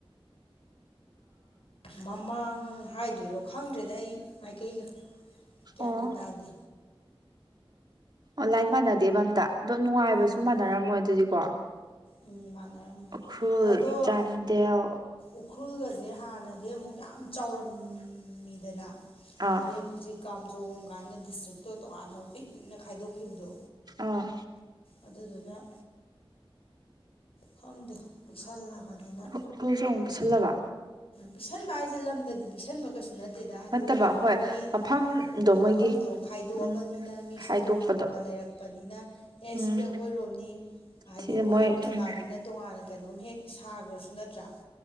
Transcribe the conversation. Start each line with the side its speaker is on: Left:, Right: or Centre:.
Left: ꯃꯃꯥꯡ ꯍꯥꯏꯗꯣꯏꯔꯣ ꯈꯪꯗ꯭ꯔꯦꯗ ꯑꯩ ꯃꯥꯏꯀꯩꯒ ꯒ꯭ꯌꯥꯟ
Right: ꯑꯣ
Left: ꯃꯦꯟ ꯇꯥꯗꯦ
Right: ꯑꯣ ꯂꯥꯏꯟ ꯃꯥꯟꯅꯗꯦꯕ ꯑꯝꯇ ꯑꯗꯣ ꯅꯨꯡꯉꯥꯏꯕꯁꯨ
Left: ꯎꯝ
Right: ꯃꯥꯟꯅꯔꯝꯃꯣꯏ ꯑꯗꯨꯗꯤꯀꯣ
Left: ꯎꯝ ꯃꯥꯟꯅꯔꯝꯃꯣꯏ
Right: ꯎꯈ꯭ꯔꯨꯜ
Left: ꯑꯗꯣ
Right: ꯆꯥꯟꯗꯦꯜ
Left: ꯎꯍ ꯎꯈ꯭ꯔꯜꯒꯁꯦ ꯍꯥꯟꯅꯗꯤ ꯑꯃꯨꯛ ꯌꯥꯝ ꯆꯥꯎꯔꯝꯃꯤꯗꯅ
Right: ꯑꯥ
Left: ꯑꯗꯩ ꯑꯃꯨꯛ ꯍꯧꯖꯤꯛ ꯀꯥꯝꯖꯣꯡ ꯀꯥꯏꯅ ꯗꯤꯁꯇ꯭ꯔꯤꯛꯇꯣ ꯇꯣꯉꯥꯟꯅ ꯑꯃꯛ ꯄꯤꯛ ꯄꯤꯛꯅ ꯈꯥꯏꯗꯣꯛꯈꯤꯕꯗꯣ
Right: ꯑꯥ
Left: ꯑꯗꯨꯗꯨꯅ ꯈꯪꯗꯦ ꯄꯤꯛꯁꯜꯂꯕꯅꯤꯅ
Right: ꯎꯈ꯭ꯔꯨꯜ ꯁꯨ ꯑꯃꯨꯛ ꯄꯤꯁꯜꯂꯕ
Left: ꯄꯤꯛꯁꯟꯕ ꯍꯥꯏꯁꯦ ꯂꯝꯗꯗꯤ ꯄꯤꯛꯁꯟꯕ ꯀꯩꯁꯨ ꯅꯠ ꯇꯦꯗꯥ ꯑꯗꯨꯒ
Right: ꯅꯠꯇꯕ ꯍꯣꯏ
Left: ꯃꯣꯏꯒꯤ
Right: ꯃꯐꯝꯗꯣ
Left: ꯃꯐꯝꯗꯣ
Right: ꯃꯣꯏꯒꯤ
Left: ꯈꯥꯏꯗꯣꯛꯑꯕꯅꯤꯅ
Right: ꯎꯝ
Left: ꯃꯤꯁꯨ
Right: ꯈꯥꯏꯗꯣꯛꯄꯗꯣ
Left: ꯇꯣꯉꯥꯟ ꯇꯣꯉꯥꯟ ꯂꯩꯔꯛ ꯄꯅꯤꯅ ꯑꯦ
Right: ꯎꯝ
Left: ꯁꯤꯗꯤ ꯑꯩꯈꯣꯏꯔꯣꯝꯅꯤ ꯍꯥꯏꯗꯤ
Right: ꯁꯤꯁꯦ
Left: ꯃꯣꯏꯔꯣꯝ
Right: ꯃꯣꯏ
Left: ꯖꯒꯥꯗꯨꯅ
Right: ꯎꯝ
Left: ꯇꯣꯉꯥꯟꯅ ꯀꯩꯅꯣꯝ ꯍꯦꯛ ꯁꯥꯒ꯭ꯔꯖꯨ ꯅꯠꯇ꯭ꯔꯥ